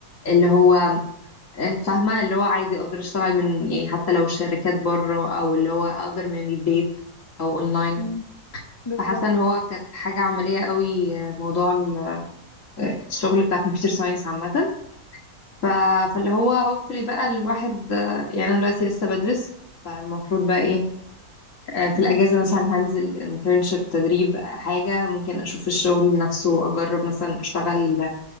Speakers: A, on the left; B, on the left.
A: اللي هو آه، فاهمه اللي هو عادي اقدر اشتغل من يعني حتى لو شركات بره او اللي هو اقدر من البيت او اونلاين
B: مم. بالظبط
A: فحاسه ان هو كانت حاجه عمليه قوي آه، موضوع ال- آه، الشغل بتاع كمبيوتر ساينس عامه ف... فاللي هو هوبفلي بقى الواحد آه، يعني انا دلوقتي لسه بدرس فالمفروض بقى ايه آه، في
B: مم.
A: الاجازه مثلا هنزل انترنشيب تدريب آه، حاجه ممكن اشوف الشغل نفسه اجرب مثلا اشتغل